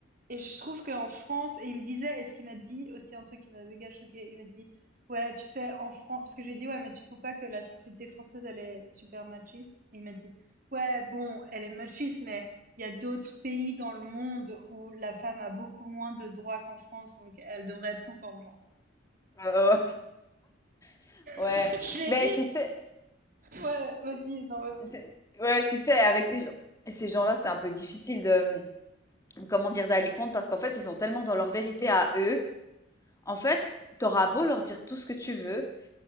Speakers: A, on the right; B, on the left.
A: et je trouve qu'en France et il me disait et ce qu'il m'a dit aussi un truc qui m'a méga choqué il m'a dit: «Ouais, tu sais, en France parce que je lui ai dit: «Ouais, mais tu trouves pas que la société française, elle est super machiste?» et il m'a dit: «Ouais, bon, elle est machiste, mais il y a d'autres pays dans le monde où la femme a beaucoup moins de droits qu'en France, donc elle devrait être contente, genre».
B: Heu, heu, <laughs> ouais,
A: <laughs> Je lui
B: mais
A: ai dit:
B: tu sais
A: «Ouais, vas-y,
B: tu
A: non, vas-y».
B: tu ouais, tu sais, avec ces gens ces gens-là, c'est un peu difficile de, mmh, comment dire? D'aller contre parce qu'en fait, ils sont tellement dans leur vérité à eux. En fait, t'auras beau leur dire tout ce que tu veux,